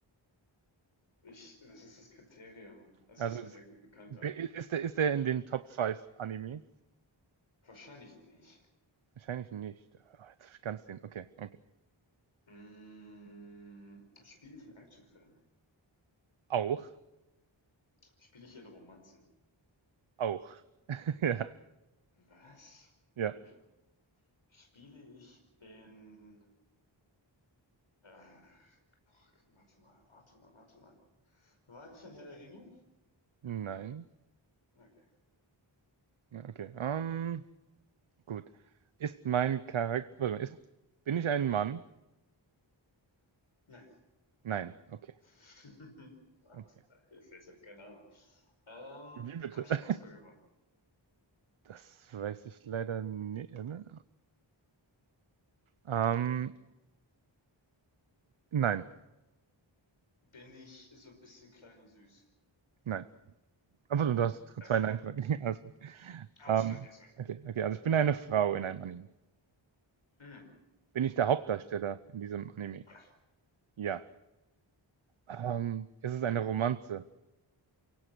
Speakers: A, on the left (about 85°); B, on the right (about 80°).
A: Ich, was ist das Kriterium? Es
B: Also
A: ist ein
B: das,
A: sehr gut bekannter Anime.
B: ist der, ist der in den Top 5 Anime?
A: Wahrscheinlich nicht.
B: Wahrscheinlich nicht. Ah, Jetzt hab ich ganz den. Okay, okay.
A: Hm, spiele ich in Actionfilmen?
B: Auch?
A: Spiele ich in Romanzen?
B: Auch. <laughs> Ja,
A: Was?
B: ja.
A: Hilfe. Spiele ich in, äh, boah, warte mal, warte mal, warte mal. War ich in Herr der Ringe?
B: Nein.
A: Okay.
B: Ja, Okay. Ähm, gut. Ist mein Charakter. Warte mal, ist, bin ich ein Mann?
A: Nein.
B: Nein. Okay.
A: <laughs> Warte
B: Okay.
A: mal, Hilfe, ich habe keine Ahnung. Ähm,
B: Wie bitte?
A: habe ich
B: <laughs>
A: einen Oscar gewonnen?
B: Das weiß ich leider nicht. Ne? Ähm, nein,
A: Bin ich so ein bisschen klein und süß?
B: nein. Aber du hast
A: Also,
B: zwei Nein-Fragen. <laughs> Alles gut.
A: ah,
B: Ähm,
A: jetzt.
B: okay, okay. Also ich bin eine Frau in einem Anime.
A: Hm.
B: Bin ich der Hauptdarsteller in diesem Anime?
A: Ja.
B: Ja. Ähm, ist es eine Romanze?